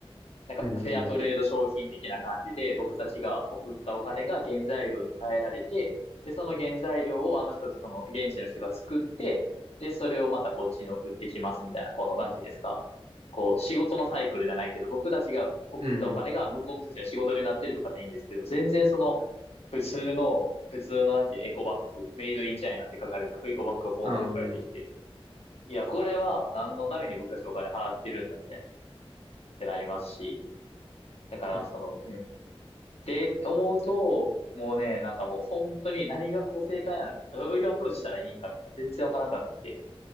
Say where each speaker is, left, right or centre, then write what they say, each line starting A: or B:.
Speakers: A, on the left; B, on the right.
A: なんかフェアトレード商品的な感じで、
B: うん。
A: 僕たちが送ったお金が原材料に変えられて、で、その原材料をあの人たち、その現地の人が作って、で、それをまたこっちに送ってきますみたいな、この、なんていうんですか。こう、仕事のサイクルじゃないけど、僕たちが送ったお金が向こうの人たちの仕事になってるとかでいいんですけど、
B: うん。
A: 全然その、普通の、普通のなんていうのエコバッグ、メイドインチャイナって書かれたエコバッグがポンって送られてきて、
B: うん。
A: いや、これは何のために僕たちお金払ってるんだみたいな、ってなりますし、だから、
B: うん。
A: その、うん。って思うと、もうね、なんかもう本当に何がこう正解なのか、どういうアプローチしたらいいんかとかも全然わからなくなってきて、